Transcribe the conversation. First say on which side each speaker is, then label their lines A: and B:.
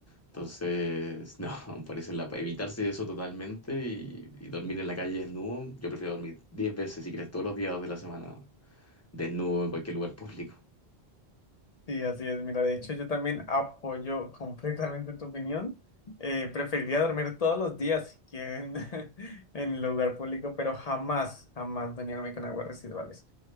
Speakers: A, on the left (about 15°); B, on the left (about 45°).
A: Entonces, no, <laughs> parece la, evitarse eso totalmente y, y dormir en la calle desnudo. Yo prefiero dormir 10 veces, si quieres, todos los días de la semana desnudo en cualquier lugar público.
B: Sí, así es. Mira, de hecho, yo también apoyo completamente tu opinión. Eh, preferiría dormir todos los días, si quieren, <laughs> en el lugar público, pero jamás, jamás bañarme con aguas residuales.